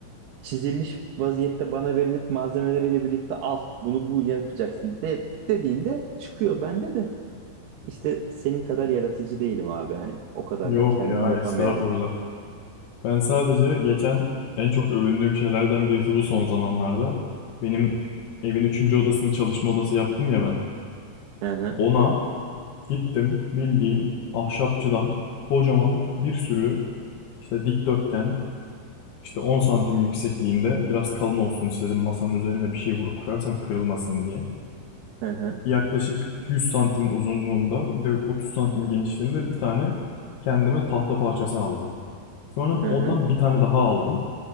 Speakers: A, on the right (about 75°); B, on the left (about 70°).
A: çizilmiş vaziyette bana verilip malzemeleriyle birlikte al bunu bu yapacaksın de, dediğinde çıkıyor bende de. İşte senin kadar yaratıcı değilim abi hani. O kadar
B: Yok
A: da kendim
B: ya
A: yapamıyorum.
B: estağfurullah. Ben sadece geçen en çok övündüğüm şeylerden birisi bu son zamanlarda. Benim evin üçüncü odasını çalışma odası yaptım ya ben.
A: Hı hı.
B: Ona gittim bildiğin ahşapçıdan kocaman bir sürü işte dikdörtgen işte 10 santim yüksekliğinde biraz kalın olsun istedim masanın üzerinde bir şey vurup kırarsam kırılmasın diye
A: Hı hı.
B: yaklaşık 100 santim uzunluğunda bir de 30 santim genişliğinde bir tane kendime tahta parçası aldım. Sonra
A: Hı
B: ondan
A: hı.
B: bir tane daha aldım.